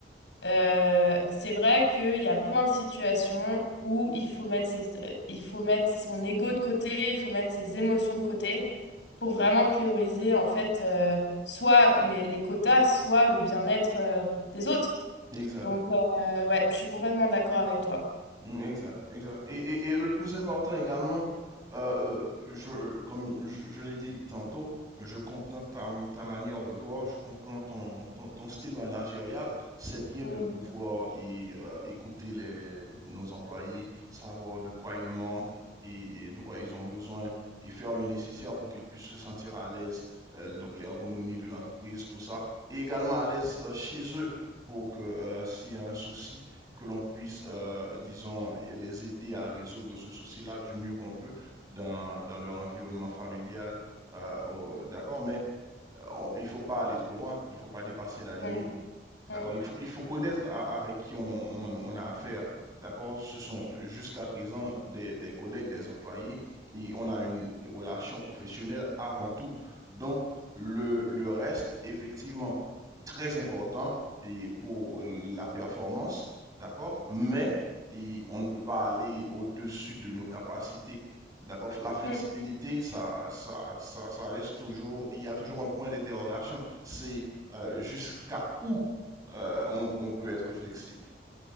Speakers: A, on the left; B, on the right.
A: euh, c'est vrai qu'il y a plein de situations où il faut mettre ses- euh, il faut mettre son ego de côté, il faut mettre ses émotions de côté pour vraiment prioriser, en fait, euh, soit les, les quotas, soit le bien-être, euh, des autres.
B: exact.
A: Donc, euh, ouais, je suis complètement d'accord avec toi.
B: Mm, Exact, exact. Et, et- et le plus important également, euh, euh, je, comme je, je l'ai dit tantôt, je comprends ta, ta manière de voir, je comprends ton, ton, ton style managérial. C'est bien
A: Mm,
B: de pouvoir y, euh, écouter les, nos employés, savoir de quoi ils manquent et, et de quoi ils ont besoin et faire le nécessaire pour qu'ils puissent se sentir à l'aise, euh, donc l'ergonomie de l'entreprise, tout ça. Et également à l'aise euh, chez eux pour que euh, s'il y a un souci, que l'on puisse, euh, disons, les aider à résoudre ce souci-là du mieux qu'on peut dans, dans leur environnement familial. euh, au- d'accord, mais euh, on- il ne faut pas aller trop loin, il ne faut pas dépasser la limite.
A: mm,
B: D'accord,
A: mm,
B: il faut, il faut connaître à- avec qui on, on- on a affaire. D'accord, ce sont jusqu'à présent des, des collègues, des employés, et on a une relation professionnelle avant tout. Donc, le, le reste, effectivement, très important et pour la performance, d'accord, mais et on ne peut pas aller au-dessus de nos capacités. D'accord, la flexibilité,
A: mm.
B: ça, ça, ça, ça reste toujours, il y a toujours un point d'interrogation, c'est euh, jusqu'à où euh, on, on peut être flexible.